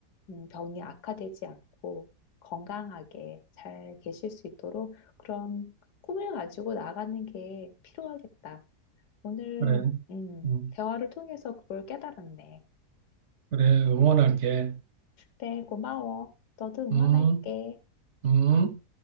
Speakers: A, on the left; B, on the right.
A: 음, 병이 악화되지 않고 건강하게 잘 계실 수 있도록 그런 꿈을 가지고 나가는 게 필요하겠다. 오늘
B: 그래.
A: 음,
B: 음,
A: 대화를 통해서 그걸 깨달았네.
B: 그래. 응원할게.
A: 그래, 고마워. 너도 응원할게.
B: 음, 음.